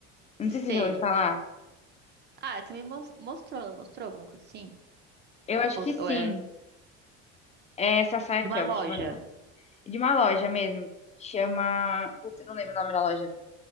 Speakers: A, on the left; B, on the right.
A: Não
B: Sei.
A: sei se você já ouviu falar.
B: Ah, você me mos- mostrou, mostrou alguma coisa assim?
A: Eu acho
B: Ou,
A: que sim.
B: ou é
A: É essa saia aqui,
B: de uma
A: ó,
B: loja?
A: vou te mandar. De uma loja mesmo. Chama. Putz, eu não lembro o nome da loja.